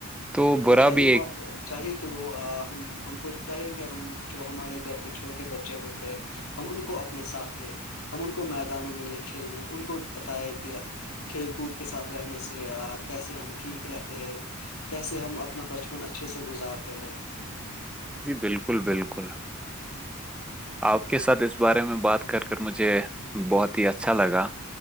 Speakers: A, in the centre; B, on the left.
A: تو
B: ان کو
A: برا
B: چاہیے
A: بھی ایک
B: ما- چاہیے کہ وہ ہم ہم کو چاہیے کہ ہم جو ہمارے گھر پہ چھوٹے بچے ہوتے ہم ان کو اپنے ساتھ لے ہم ان کو میدانوں میں لے کھیلنے ان کو بتائے کہ کھیل کود کے ساتھ رہنے سے کیسے ہم ٹھیک رہتے ہیں <unintelligible> کیسے ہم اپنا بچپن اچھے سے گزارتے ہیں
A: جی بالکل بالکل آپ کے ساتھ اس بارے میں بات کر کر مجھے بہت ہی اچھا لگا